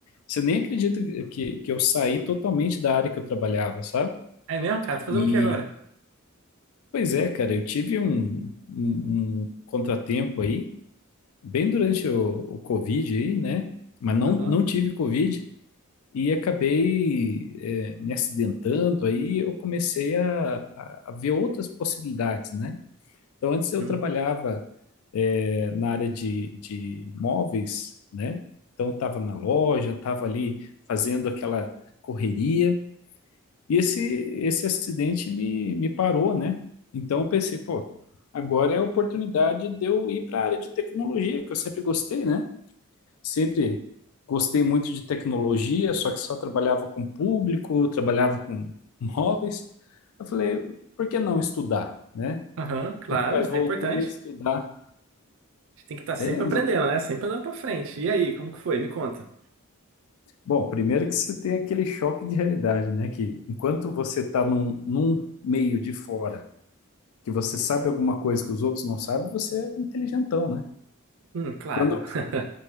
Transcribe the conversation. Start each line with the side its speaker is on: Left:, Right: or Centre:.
Left: Você nem acredita que, que eu saí totalmente da área que eu trabalhava, sabe?
Right: É mesmo, cara? Tá fazendo
Left: E,
Right: o que agora?
Left: pois é, cara, eu tive um, um, um contratempo aí bem durante o, o Covid aí, né? Mas não,
Right: Aham,
Left: não tive Covid e acabei é, me acidentando, aí eu comecei a, a- a ver outras possibilidades, né? Então, antes eu
Right: hum,
Left: trabalhava é, na área de, de móveis, né? Então, estava na loja, estava ali fazendo aquela correria, e esse, esse acidente me, me parou, né? Então, eu pensei, pô, agora é a oportunidade de eu ir para a área de tecnologia, que eu sempre gostei, né? Sempre gostei muito de tecnologia, só que só trabalhava com público, trabalhava com móveis. Eu falei, por que não estudar, né?
Right: aham, claro,
Left: E, rapaz, voltei
Right: é importante.
Left: a estudar.
Right: A gente tem que estar sempre
Left: É,
Right: aprendendo, né? Sempre andando pra frente. E aí, como que foi? Me conta.
Left: bom, primeiro que você tem aquele choque de realidade, né? Que enquanto você está num, num meio de fora, que você sabe alguma coisa que os outros não sabem, você é inteligentão, né?
Right: Hum, claro.
Left: Quando
Right: <laughs>